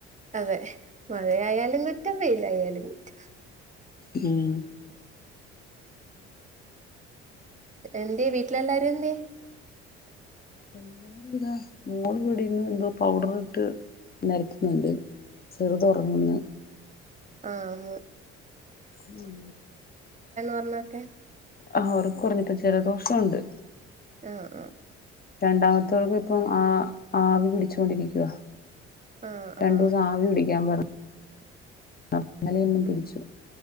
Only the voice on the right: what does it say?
അതെ മഴയാ മഴയായാലും കുറ്റം വെയിലായാലും കുറ്റം
എന്തെ വീട്ടി ട്ടിൽ എല്ലാരും എന്ത്യാ
ആ ആന്ന്
പറഞ്ഞൊക്കെ
ആ ആ
ആഹ്
ആഹ്